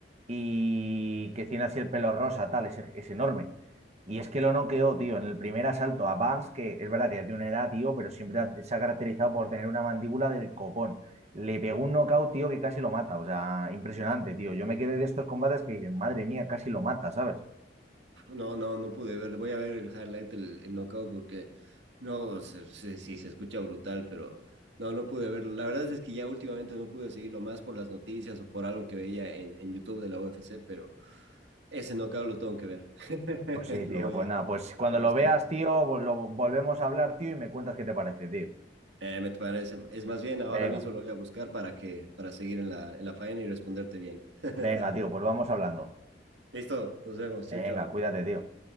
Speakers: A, on the right; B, on the right.
A: Y que tiene así el pelo rosa, tal, es, es enorme. Y es que lo noqueó, tío, en el primer asalto a Barnes, que es verdad que ya tiene una edad, tío, pero siempre ha- se ha caracterizado por tener una mandíbula del copón. Le pegó un knockout, tío, que casi lo mata. O sea, impresionante, tío. Yo me quedé de estos combates que dicen, madre mía, casi lo mata, ¿sabes?
B: No, no, no pude ver. Voy a ver el highlight, el, el knockout, porque no, se- se- sí, se escucha brutal, pero no, no pude verlo. La verdad es que ya últimamente no pude seguirlo más por las noticias o por algo que veía en, en YouTube de la UFC, pero ese knockout lo tengo que ver. <laughs>
A: Pues sí,
B: Lo
A: tío.
B: voy
A: Pues
B: a,
A: nada, pues
B: lo
A: cuando
B: voy a buscar.
A: lo veas, tío, vol- lo volvemos a hablar, tío, y me cuentas qué te parece, tío.
B: Eh, me parece. Es más bien, ahora
A: Venga,
B: mismo lo voy a buscar para que, para seguir en la, en la faena y responderte bien. <laughs>
A: venga, tío, pues vamos hablando.
B: Listo, nos vemos. Chao,
A: Venga,
B: chao.
A: cuídate, tío.